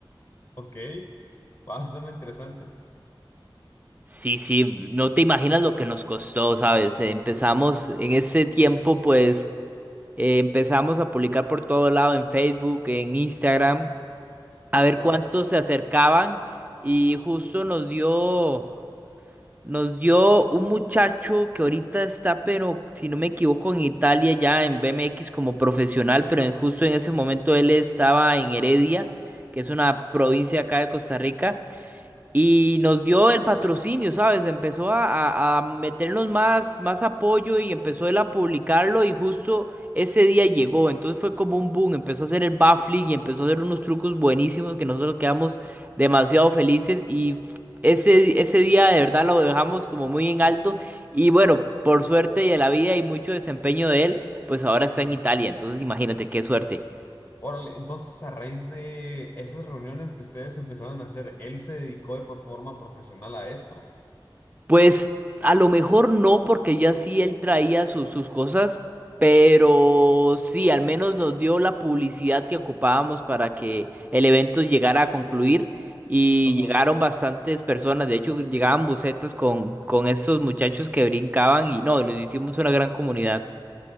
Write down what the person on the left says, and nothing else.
ok, ah, suena interesante.
Ajá.
Ajá.
Ujú.
Órale, entonces a raíz de esas reuniones que ustedes empezaron a hacer, él se dedicó de por- forma profesional a esto.
Ajá.